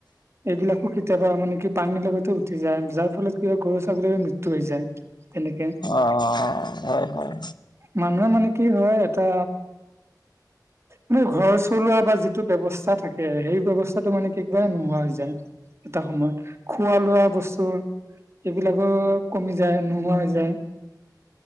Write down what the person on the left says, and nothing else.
অ'! হয়, হয়।